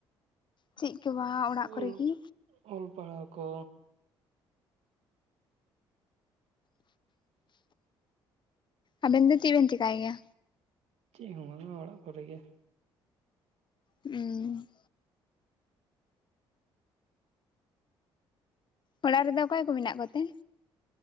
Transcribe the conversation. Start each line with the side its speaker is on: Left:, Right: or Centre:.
Left: ᱪᱮᱫ ᱜᱮ ᱵᱟᱝ ᱚᱲᱟᱜ
Right: ᱚᱞ
Left: ᱠᱚᱨᱮᱜᱤ᱾
Right: ᱚᱞ ᱯᱟᱲᱦᱟᱣ ᱠᱚ᱾
Left: ᱟᱵᱮᱱ ᱫᱚ ᱪᱮᱫ ᱵᱮᱱ ᱪᱮᱠᱟᱭ ᱜᱮᱭᱟ?
Right: ᱪᱮᱫ ᱦᱚᱸ ᱵᱟᱝᱟ ᱚᱲᱟᱜ ᱠᱚᱨᱮᱜᱮ᱾
Left: ᱩᱸ᱾ ᱚᱲᱟᱜ ᱨᱮᱫᱚ ᱚᱠᱚᱭ ᱠᱚ ᱢᱮᱱᱟᱜ ᱠᱚᱛᱮ?